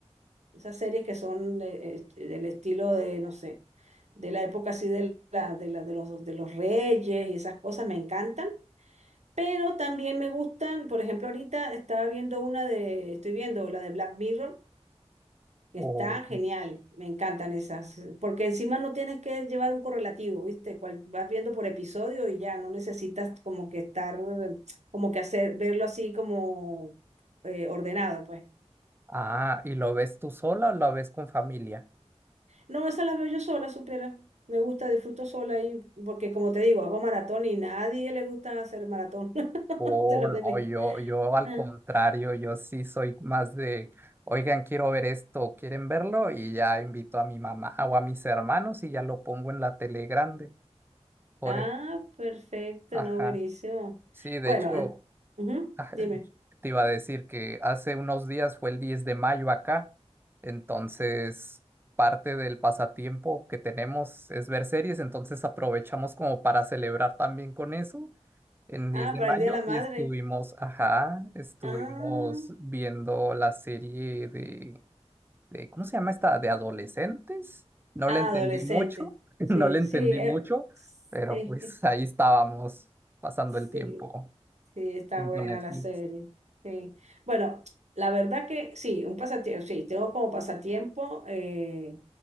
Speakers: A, on the right; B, on the right.
A: Esas series que son eh, eh, del estilo de, no sé, de la época así de, la, de, la- de los, de los reyes y esas cosas me encantan. Pero también me gustan, por ejemplo, ahorita estaba viendo una de, estoy viendo la de Black Mirror, que
B: O,
A: está genial, me encantan esas, eh, porque encima no tienes que llevar un correlativo, ¿viste? Cual- vas viendo por episodio y ya no necesitas como que estar, eh, como que hacer, verlo así como eh, ordenado, pues.
B: ah, ¿y lo ves tú sola o lo ves con familia?
A: No, esa la veo yo sola, supiera. Me gusta, disfruto sola y porque como te digo, hago maratón y nadie le gusta hacer maratón <laughs>
B: Oh,
A: de los
B: no,
A: de mí.
B: yo, yo al
A: Ah,
B: contrario, yo sí soy más de, oigan, quiero ver esto, ¿quieren verlo? Y ya invito a mi mamá o a mis hermanos y ya lo pongo en la tele grande. Por
A: Ah,
B: el-
A: perfecto,
B: Ajá.
A: no, buenísimo.
B: Sí, de
A: Bueno,
B: hecho,
A: eh, ujú,
B: Ah,
A: dime.
B: Te iba a decir que hace unos días fue el 10 de mayo acá, entonces parte del pasatiempo que tenemos es ver series, entonces aprovechamos como para celebrar también con eso en 10
A: Ah,
B: de
A: para
B: mayo
A: el Día de la Madre.
B: y estuvimos, ajá, estuvimos
A: Ah,
B: viendo la serie de, de ¿cómo se llama esta? De adolescentes. No
A: adolescente.
B: le entendí mucho, <laughs>
A: Sí,
B: no le entendí
A: sí, eh,
B: mucho, pero
A: sí,
B: pues ahí estábamos
A: <laughs>
B: pasando
A: sí.
B: el tiempo.
A: Sí, está
B: Viendo
A: buena
B: Netflix.
A: la serie. Sí. Bueno, la verdad que sí, un pasatiempo, sí, tengo como pasatiempo eh,